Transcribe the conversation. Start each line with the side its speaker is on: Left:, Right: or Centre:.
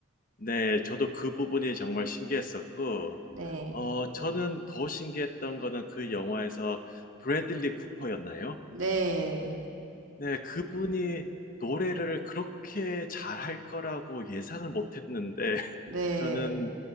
Left: 네, 저도 그 부분이 정말 신기했었고,
Right: 네.
Left: 어, 저는 더 신기했던 거는 그 영화에서 브래들리 쿠퍼였나요?
Right: 네.
Left: 네, 그분이 노래를 그렇게 잘할 거라고 예상을 못 했는데, <laughs>
Right: 네.
Left: 저는